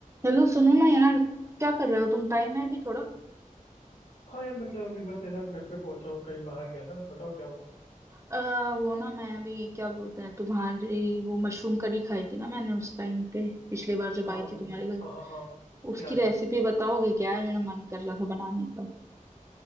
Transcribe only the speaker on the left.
हाँ यार मतलब अभी बस है ना घर पे पहुंचा हूँ कहीं बाहर गया था बताओ क्या हुआ
हाँ
हाँ हाँ हाँ
याद
है